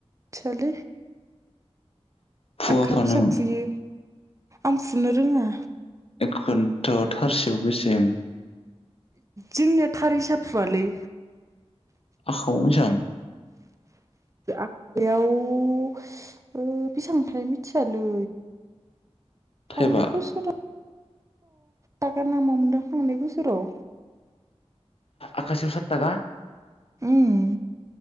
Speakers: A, on the right; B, on the left.
A: थियालै।
B: फुवा
A: आखा
B: फानोमोन
A: हिसाब फुयो आं फुनो रोङा।
B: एखन्थ थारसेयाव बेसे
A: जोंनिया थार हिसाब फुवालै।
B: <unintelligible>
A: आखायाव बेसांथाय मिथियालै।
B: थाइबा
A: थांनाय बोसोराव। थाखा नामा मोनदां थांनाय बोसोराव।
B: आखासेयाव साद थाखा।
A: उम